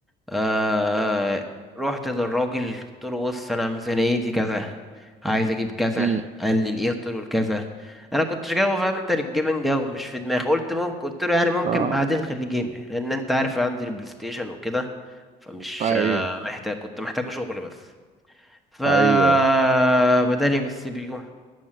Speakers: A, in the centre; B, on the right.
A: آه رحت للراجل قلت له بص انا ميزانيتي كذا عايز اجيب كذا
B: مم.
A: قال لي الايه قلت له الكذا انا كنتش جايبه فاهم انت للجيمنج او مش في دماغي قلت ممكن قلت له يعني ممكن
B: اه
A: بعدين خلي جيم لان انت عارف عندي البلاي ستيشن وكده فمش
B: ايوه
A: آه، محتاج كنت محتاجه شغل بس فبدالي
B: ايوه ايوه
A: بالسي بي يو